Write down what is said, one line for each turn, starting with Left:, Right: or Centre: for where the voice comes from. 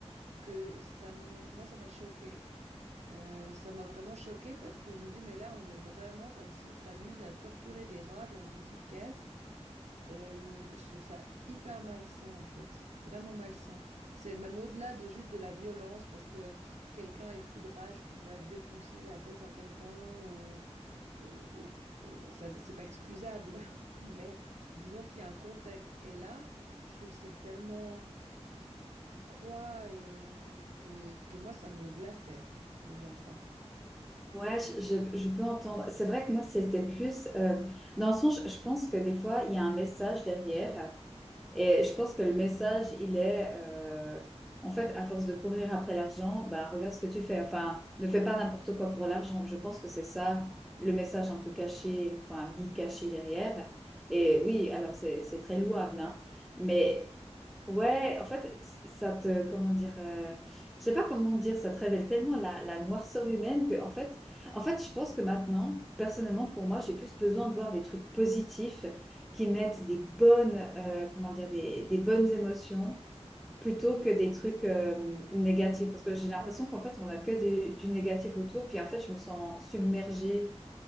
Right: que ça, m- moi, ça m'a choqué. Euh, ça m'a vraiment choqué parce que je me dis, mais là, on est vraiment comme si on s'amuse à torturer des rats dans une petite caisse. Euh, je trouve ça hyper malsain en fait, vraiment malsain. C'est même au-delà de juste de la violence parce que quelqu'un est fou de rage puis il va défoncer la tête à quelqu'un ou, ou- ou- euh, ça, c'est pas excusable. <laughs> Mais disons qu'il y a un contexte et là, je trouve que c'est tellement froid et que, que moi ça me glaçait de voir ça.
Centre: Ouais, je, je, je peux entendre. C'est vrai que moi, c'était plus, euh, dans le sens, je, je pense que des fois, il y a un message derrière. Et je pense que le message, il est, euh, en fait, à force de courir après l'argent, bah, regarde ce que tu fais. Enfin, ne fais pas n'importe quoi pour l'argent. Je pense que c'est ça le message un peu caché, enfin, mi-caché derrière. Et oui, alors c'est, c'est très louable, hein. Mais ouais, en fait, ça te, comment dire, euh, je sais pas comment dire, ça te révèle tellement la, la noirceur humaine que, en fait, en fait, je pense que maintenant, personnellement, pour moi, j'ai plus besoin de voir des trucs positifs qui mettent des bonnes, euh, comment dire, des, des, bonnes émotions plutôt que des trucs euh, négatifs. Parce que j'ai l'impression
Right: Ouais,
Centre: qu'en fait, on n'a que des, du négatif autour. Puis en fait, je me sens submergée